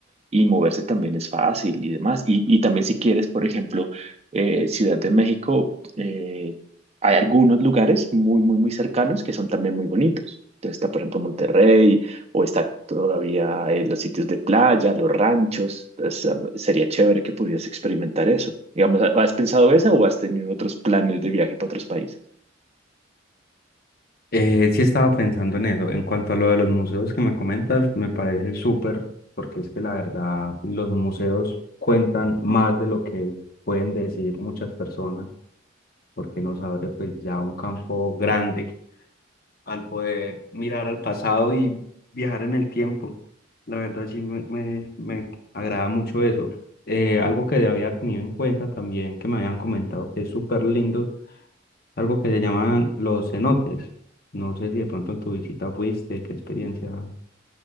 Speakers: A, on the right; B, on the left.
A: y moverse también es fácil y demás. Y, y también si quieres, por ejemplo, eh, Ciudad de México, eh, hay algunos lugares muy, muy, muy cercanos que son también muy bonitos. Entonces está, por ejemplo, Monterrey o está todavía eh, los sitios de playa, los ranchos. Entonces, ah, sería chévere que pudieras experimentar eso. Digamos, ¿has pensado eso o has tenido otros planes de viaje para otros países?
B: Eh, sí estaba pensando en eso. En cuanto a lo de los museos que me comentas, me parece súper, porque es que la verdad los museos cuentan más de lo que pueden decir muchas personas, porque nos abre pues ya un campo grande al poder mirar al pasado y viajar en el tiempo. La verdad sí me, me, me agrada mucho eso. Eh, algo que había tenido en cuenta también, que me habían comentado que es súper lindo, algo que se llaman los cenotes. No sé si de pronto en tu visita fuiste, qué experiencia